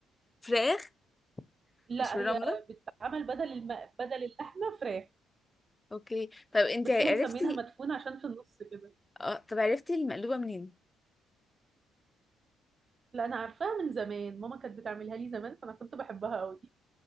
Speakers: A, on the left; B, on the right.
A: فراخ
B: لا
A: مش في الرملة
B: هي بتتعمل بدل الم... بدل اللحمه فراخ
A: اوكي طب انت
B: بس
A: عرفتي
B: هم مسمينها مدفونة عشان في النص كده
A: اه طب عرفتي المقلوبة منين
B: لا انا عارفاها من زمان ماما كانت بتعملها لي زمان فانا كنت بحبها قوي